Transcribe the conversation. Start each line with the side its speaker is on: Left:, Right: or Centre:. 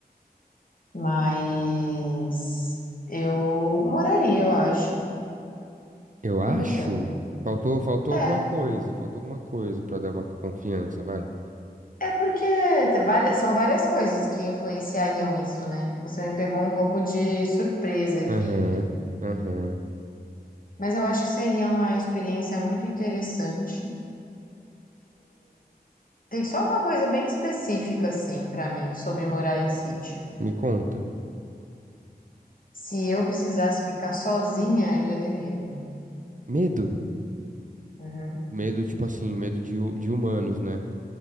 Left: Mas eu moraria, eu acho.
Right: Eu acho.
Left: E você?
Right: Faltou, faltou
Left: É,
Right: alguma coisa, faltou alguma coisa para dar uma confiança, vai.
Left: é porque tem várias- são várias coisas que influenciariam isso, né? Você me pegou um pouco de surpresa aqui.
Right: Aham, aham.
Left: Mas eu acho que seria uma experiência muito interessante. Tem só uma coisa bem específica, assim, pra mim, sobre morar em sítio.
Right: Me conta.
Left: Se eu precisasse ficar sozinha, eu ia ter medo.
Right: Medo?
Left: Uhum.
Right: Medo, tipo assim, medo de, hu- de humanos, né?